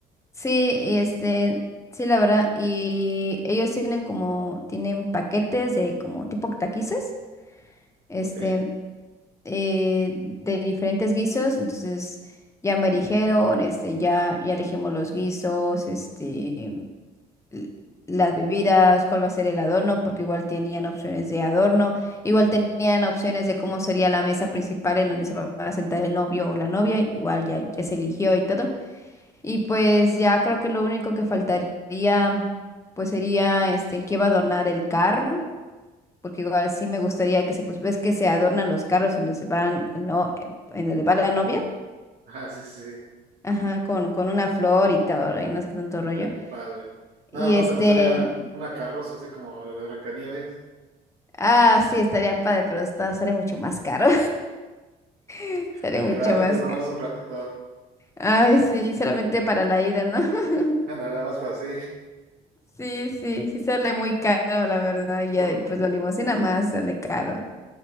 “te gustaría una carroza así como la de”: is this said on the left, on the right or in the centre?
Right